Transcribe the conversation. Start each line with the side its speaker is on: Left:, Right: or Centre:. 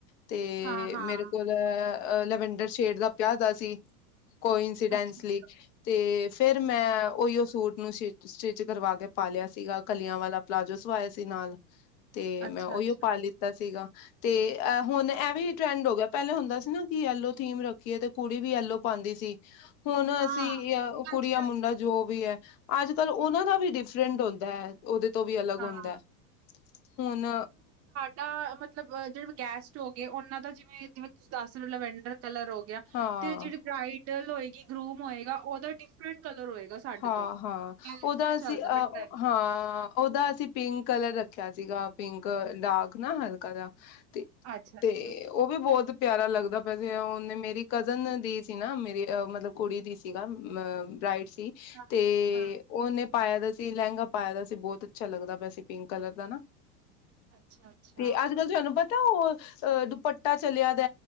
Left: ਤੇ
Right: ਹਾਂ ਹਾਂ
Left: ਮੇਰੇ ਕੋਲ ਅ ਲਵਂਡਰ ਸ਼ੇਡ ਦਾ ਪਿਆ ਦਾ ਸੀ। ਕੋਈ ਇੰਸੀਡੈਂਸਲੀ
Right: ਅੱਛਾ ਅੱਛਾ
Left: ਤੇ ਫੇਰ ਮੈਂ ਉਹੀ ਸੂਟ ਨੂੰ ਸੀ ਸਿਟਿਚ ਕਰਵਾ ਕੇ ਪਾ ਲਿਆ ਸੀਗਾ, ਕਲੀਆਂ ਵਾਲਾ ਪਲਾਜੋ ਸਵਾਇਆ ਸੀ ਨਾਲ। ਤੇ
Right: ਅੱਛਾ
Left: ਮੈਂ ਉਹੀਓ
Right: ਅੱਛਾ
Left: ਪਾ ਲਿੱ ਲਿਤਾ ਸੀਗਾ, ਤੇ ਅਹ ਹੁਣ ਏਹਵੇ ਟਰੈਂਡ ਹੋ ਗਿਆ ਪਹਿਲੇ ਹੁੰਦਾ ਸੀ ਨਾ ਕਿ ਯੈਲੋ ਥੀਮ ਰੱਖੀਏ। ਤੇ ਕੁੜੀ ਵੀ ਯੈਲੋ ਪਾਉਂਦੀ ਸੀ। ਹੁਨ
Right: ਹਾਂ
Left: ਅਸੀਂ ਈਆ ੳ ਕੁੜੀਆਂ
Right: ਅੱਜ ਕੱਲ
Left: ਮੁੰਡਾ ਜੋ ਵੀ ਏ। ਅੱਜ ਕੱਲ ਉਹਨਾਂ ਦਾ ਵੀ ਡਿਫਰੈਂਟ ਹੁੰਦਾ ਏ। ਉਹਦੇ ਤੋਂ ਵੀ ਅਲੱਗ
Right: ਹਾਂ
Left: ਹੁੰਦੈ ਹੁਨ
Right: ਤਾ ਮਤਲਬ ਅ ਜੇੜੇ ਗੈਸਟ ਹੋ ਗਏ, ਉਹਨਾਂ ਦਾ ਜਿਵੇਂ- ਜਿਵੇਂ ਤੁਸੀਂ ਦੱਸ ਰੇ ਲਂਵੈਡਰ ਕਲਰ ਹੋ ਗਿਆ।
Left: ਹਾਂ
Right: ਤੇ ਜੇੜੀ ਬ੍ਰਾਈਡਲ ਹੋਏਗੀ, ਗਰੂਮ ਹੋਏਗਾ ਉਹਦਾ ਡਿਫਰੈਂਟ ਕਲਰ ਹੋਏਗਾ। ਸਾਡੇ
Left: ਹਾਂ-
Right: ਤੋਂ
Left: ਹਾਂ
Right: ਐ ਐ
Left: ਉਹਦਾ ਅਸੀਂ
Right: ਚੱਲਦਾ
Left: ਅ
Right: ਪਿਆ ਟਰੈਂਡ
Left: ਹਾਂ। ਉਹਦਾ ਅਸੀਂ ਪਿੰਕ ਕਲਰ ਰੱਖੇਆ ਸੀਗਾ ਪਿੰਕ ਡਾਰਕ ਨਾ ਹਲਕਾ ਜਾ ਤੇ
Right: ਅੱਛਾ ਅੱਛਾ
Left: ਤੇ
Right: ਅੱਛਾ
Left: ੳ ਉਹ ਵੀ ਬੋਤ ਪਿਆਰਾ ਲੱਗਦਾ ਪਿਆ ਸੀ ਉਹਨੇ ਮੇਰੀ ਕਜ਼ਨ ਦੀ ਸੀ ਨਾ ਮੇਰੀ ਅ ਮਤਲਬ ਕੁੜੀ ਦੀ ਸੀਗਾ। ਮ ਬਰਾਾਈਡ ਸੀ
Right: ਹਾਂ
Left: ਤੇ
Right: ਹਾਂ ਹਾਂ,
Left: ਉਹਨੇ ਪਾਏਆ ਦਾ ਸੀ ਲੈਂਗਾ ਪਾਇਆ ਦਾ ਸੀ ਬੋਹੁਤ ਅੱਛਾ ਲੱਗਦਾ ਪੇਆ ਸੀ ਪਿੰਕ ਕਲਰ ਦਾ ਨਾ।
Right: ਅੱਛਾ ਅੱਛਾ
Left: ਤੇ ਅੱਜ ਕੱਲ ਤੁਹਾਨੂੰ ਪਤਾ ਉਹ ਅ ਦੁਪੱਟਾ ਚਲੇਆ ਦਾ